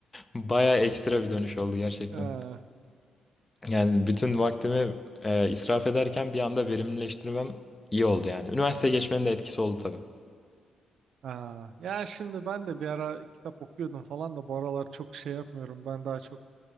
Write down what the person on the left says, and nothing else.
bayağı ekstra bir dönüş oldu gerçekten.
Yani bütün vaktimi e, israf ederken bir anda verimlileştirmem iyi oldu yani. Üniversiteye geçmenin de etkisi oldu tabii.